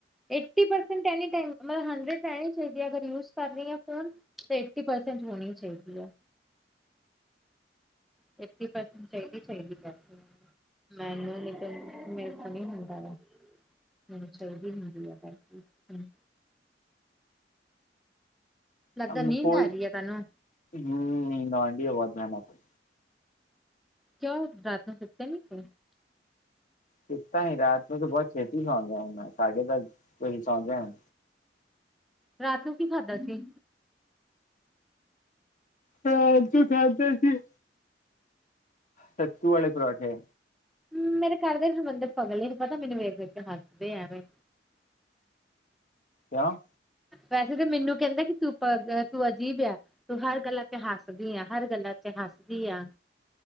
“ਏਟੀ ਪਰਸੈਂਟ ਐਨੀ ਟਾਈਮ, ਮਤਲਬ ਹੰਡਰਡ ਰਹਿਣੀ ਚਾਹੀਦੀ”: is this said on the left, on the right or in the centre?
Centre